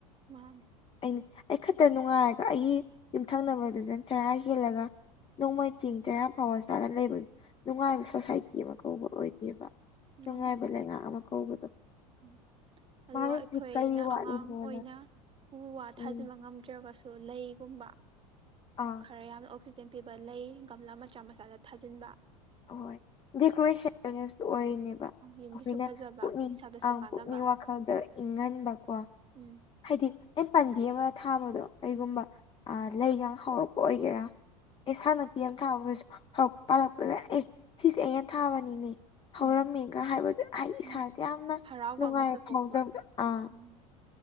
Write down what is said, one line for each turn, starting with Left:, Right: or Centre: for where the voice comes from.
Right: ꯃꯥꯅꯦ
Left: ꯑꯩꯅꯦ ꯑꯩ ꯈꯛꯇ ꯅꯨꯡꯉꯥꯏꯔꯒ ꯑꯩꯒꯤ ꯌꯨꯝꯊꯪꯅꯕꯗꯨꯅ ꯆꯔꯥ ꯍꯦꯜꯂꯒ ꯅꯣꯡꯃꯩ ꯆꯤꯡ ꯆꯔꯥ ꯐꯥꯎꯕ ꯆꯤꯗꯏ ꯂꯩꯕꯗꯨ ꯅꯨꯡꯉꯥꯏꯕ ꯁꯣꯁꯥꯏꯇꯤ ꯑꯃ ꯀꯧꯕ ꯑꯣꯏꯗꯦꯕ
Right: ꯉꯝꯃꯣꯏ
Left: ꯅꯨꯡꯉꯥꯏꯕ ꯂꯩꯉꯥꯛ ꯑꯃ ꯀꯧꯕꯗꯣ
Right: ꯎꯝ ꯑꯗꯨꯒ
Left: ꯃꯥꯒꯤꯁꯤ
Right: ꯑꯩꯈꯣꯏꯅ
Left: ꯀꯔꯤ ꯋꯥꯠꯂꯤꯅꯣꯅ
Right: ꯑꯉꯥꯡ ꯑꯣꯏꯅ ꯎ ꯋꯥ
Left: ꯎꯝ
Right: ꯊꯥꯖꯤꯟꯕ ꯉꯝꯗ꯭ꯔꯒꯁꯨ ꯂꯩ ꯀꯨꯝꯕ
Left: ꯑꯥ
Right: ꯈꯔ ꯌꯥꯝꯅ ꯑꯣꯛꯁꯤꯖꯦꯟ ꯄꯤꯕ ꯂꯩ ꯒꯝꯂꯥ ꯃꯆꯥ ꯃꯆꯥꯗ ꯊꯥꯖꯤꯟꯕ
Left: ꯑꯍꯣꯏ ꯗꯦꯀꯣꯔꯦꯁꯟ ꯑꯣꯢꯅꯁꯨ ꯑꯣꯏꯔꯅꯦꯕ
Right: ꯌꯨꯝꯒꯤꯁꯨ
Left: ꯑꯩꯈꯣꯏꯅ
Right: ꯐꯖꯕ
Left: ꯄꯨꯛꯅꯤꯡ
Right: ꯏꯁꯥꯗꯁꯨ
Left: ꯑꯥ
Right: ꯀꯥꯟꯅꯕ
Left: ꯄꯨꯛꯅꯤꯡ ꯋꯥꯈꯜꯗ ꯏꯪꯍꯟꯕꯀꯣ
Right: ꯎꯝ
Left: ꯍꯥꯏꯗꯤ ꯑꯩꯅ ꯄꯥꯟꯕꯤ ꯑꯃ ꯊꯥꯕꯗꯣ ꯀꯩꯒꯨꯝꯕ ꯂꯩꯒ ꯍꯧꯔꯛꯄ ꯑꯣꯏꯒꯦꯔꯥ ꯑꯦ ꯁꯟꯅꯄꯤ ꯑꯃ ꯊꯥꯕꯁꯨ ꯍꯧꯛ ꯄꯥꯜꯂꯛꯄꯗ ꯑꯦ ꯁꯤꯁꯦ ꯑꯩꯅꯦ ꯊꯥꯕꯅꯤꯅꯦ
Right: ꯎꯝ
Left: ꯍꯧꯔꯝꯃꯦꯒ ꯍꯥꯏꯕꯗꯣ ꯍꯥꯏꯗꯤ
Right: ꯎꯝ
Left: ꯏꯁꯥꯗ ꯌꯥꯝꯅ
Right: ꯍꯔꯥꯎꯕ
Left: ꯅꯨꯡꯉꯥꯏꯕ
Right: ꯑꯃꯁꯨ ꯄꯣꯛꯄ
Left: ꯐꯥꯎꯖꯕ ꯑꯥ
Right: ꯎꯝ